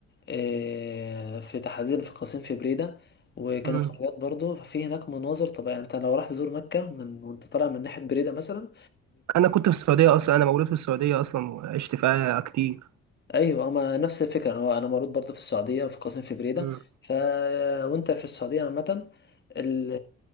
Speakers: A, on the left; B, on the right.
A: آه، في تحديدا في قصيم في بريدة وكانوا
B: مم.
A: في الرياض برضه ففي هناك مناظر طبيعية يعني انت لو راح تزور مكة من وانت طالع من ناحية بريدة مثلا
B: انا كنت في السعوديه اصلا انا مولود في السعوديه اصلا وعشت فيها كتير
A: ايوه ما نفس الفكره هو انا مولود برضه في السعوديه في قسم في بريده
B: مم.
A: ف وانت في السعوديه عامه ال...